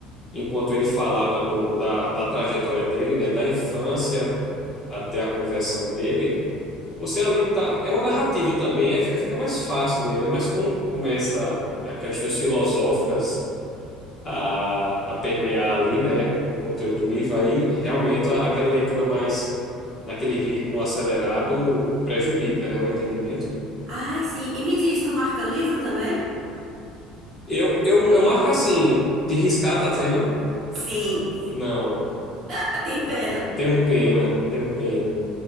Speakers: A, on the left; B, on the right.
A: enquanto ele falava do- da, da trajetória dele, né, da infância até a conversão dele. Você ali tá. É uma narrativa também, é, é, fica mais fácil de ler, né? Mas quando começa a questões filosóficas a, a permear ali, né? O conteúdo do livro, aí realmente a- aquela leitura mais naquele ritmo acelerado prejudica, né? O entendimento.
B: Ai, sim. E me diz, tu marca livro também?
A: Eu, eu, eu marco assim, de riscar, tá dizendo?
B: Sim.
A: Não,
B: <laughs> Tem
A: não.
B: pena.
A: Tenho pena, tenho pena.